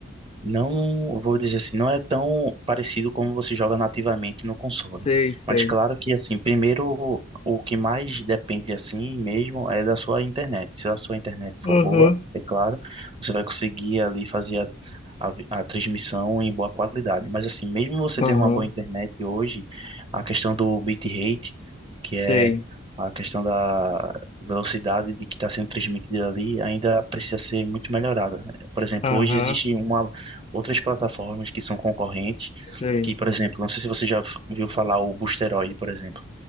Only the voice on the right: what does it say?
Não vou dizer assim, não é tão parecido como você joga nativamente no console.
Mas claro que assim, primeiro o que mais depende assim mesmo é da sua internet. Se a sua internet
for boa, é claro, você vai conseguir ali fazer a, a, vi- a transmissão em boa qualidade. Mas assim, mesmo você tendo
uma boa internet hoje, a questão do bitrate, que
é a questão da velocidade de que está sendo transmitida ali, ainda precisa ser muito melhorada. Por exemplo,
hoje existe uma outras plataformas que são concorrentes,
que, por exemplo, não sei se você já f- viu falar o Boosteroid, por exemplo.